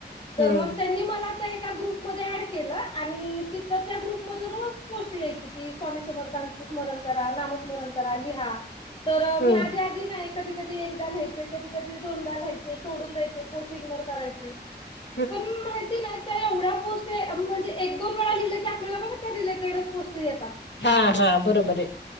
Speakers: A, on the left (about 30°); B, on the left (about 85°).
A: तर
B: हम्म
A: मग त्यांनी मला त्या एका ग्रुपमध्ये ॲड केलं आणि तिथं त्या ग्रुपमध्ये रोज गोष्ट यायची की स्वामी समर्थाचं स्मरण करा नाम स्मरण करा लिहा तर मी
B: हम्म
A: आधी कधी नाही कधी कधी एकदा लिहायचेकधी कधी दोनदा लिहायचे सोडून द्यायचे पोस्ट इग्नोर करायचे.
B: <unintelligible>
A: पण माहिती नाही त्या एवढया पोस्ट म्हणजे एक दोन वेळा लिहिले की आपल्याला बघा त्या रिले तरच पोस्ट येतात.
B: हा हा बरोबर आहे.